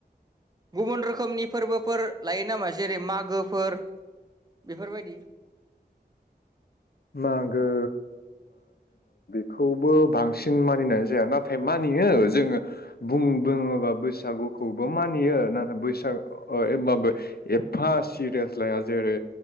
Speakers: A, on the right; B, on the left.
A: गुबुन रोखोमनिफ फोरबोफोर लायो नामा जेरै मागोफोर बेफोरबायदि।
B: मागो खौबो बांसिन मानिनाय जाया नाथाय मानियो जोङो बुं बोङोबा बैसागुखौबो मानियो नाथाय बैसाग ओ अओ एब्बाबो एफा सिरियास लाया जेरै